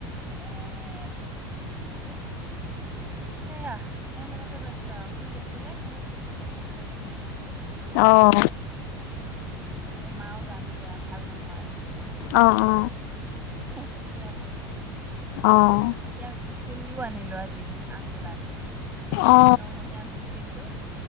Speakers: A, on the right (about 15°); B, on the left (about 55°).
A: এ এ এ। সেয়া এ লগতে ব্যস্ত আও, শুই আছিলে সেই তেতিয়াই দালি চালি অকণ বহাই দিলো।
B: অঁ।
A: তাতে মাও গাটো বেয়া ভাল নহয়।
B: অ অ
A: শুইৱে আছে।
B: অঁ'
A: ইয়াক ভেকচিন দিও আনিলো আজি আকব-
B: অ
A: নমহীয়া ভেকচিনটো